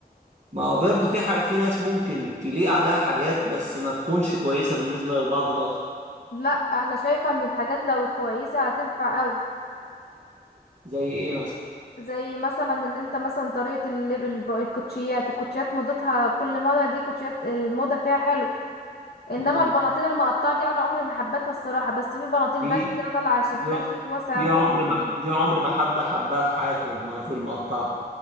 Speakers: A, on the right; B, on the left.
A: ما هو برضه في حاجة في ناس ممكن تليق عليها حاجات بس ما تكونش كويسة بالنسبة للبعض الآخر
B: لا انا شايفة ان الحاجات لو الكويسة هتنفع قوي
A: زي ايه مثلا
B: زي مثلا ان انت مثلا طريقة اللبس الكوتشيات الكوتشيات موضتها كل موضة دي كوتشيات الموضة فيها حلو انما
A: امم
B: البناطيل المقطعه دي انا عمري ما حبيتها الصراحه بس في بناطيل
A: دي
B: باجي كده طالعه شكلها
A: دي
B: شيك واسعه
A: دي
B: وحلوه
A: عمر
B: وجميله
A: ما دي عمر ما حد حبها في حياته المناطيل المقطعة